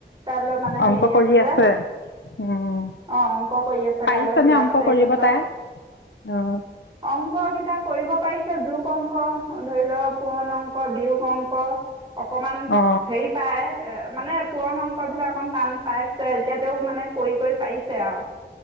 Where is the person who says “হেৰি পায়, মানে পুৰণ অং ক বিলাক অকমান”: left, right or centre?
Right